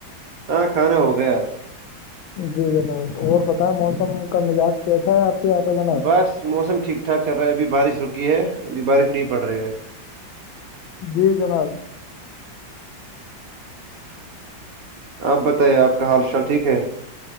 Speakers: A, on the right; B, on the left.
A: ہاں کھانا ہو گیا
B: جی جناب اور پتا ہے موسم کا مزاج کیسا ہے آپ کے یہاں پہ جناب
A: بس موسم ٹھیک ٹھاک چل رہا ہے ابھی بارش رک ہے ابھی بارش نہیں پڑ رہی ہے
B: جی جناب
A: آپ بتائیے آپ کا حال چال ٹھیک ہے